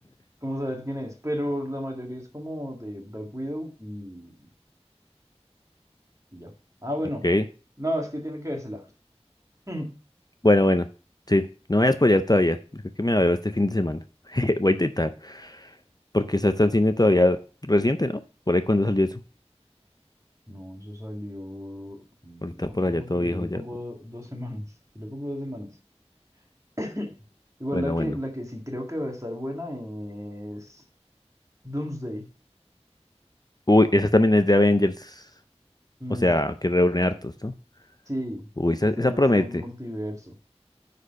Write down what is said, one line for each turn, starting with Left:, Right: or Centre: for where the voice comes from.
Right: como saber quién es, pero la mayoría es como de Black Widow y, y ya. Ah, bueno,
Left: Ok.
Right: no, es que tiene que vérsela. <clears throat> <laughs>
Left: Bueno, bueno, sí, no voy a spoilear todavía. Yo Creo que me la veo este fin de semana. <laughs> Voy a intentar, porque esa está en cine todavía reciente, ¿no? Por ahí cuando salió eso.
Right: No, eso salió, yo
Left: Ahorita
Right: no me
Left: por
Right: acuerdo,
Left: allá todo
Right: pero
Left: viejo
Right: yo le pongo
Left: ya.
Right: dos <laughs> semanas. Yo le pongo dos semanas. <coughs> <clears throat> Igual
Left: Bueno,
Right: la
Left: bueno.
Right: que, la que sí creo que va a estar buena es Doomsday.
Left: Uy, esa también es de Avengers.
Right: Mm,
Left: O sea, que reúne hartos, ¿no?
Right: sí,
Left: Uy, esa,
Right: ese
Left: esa promete,
Right: es un multiverso.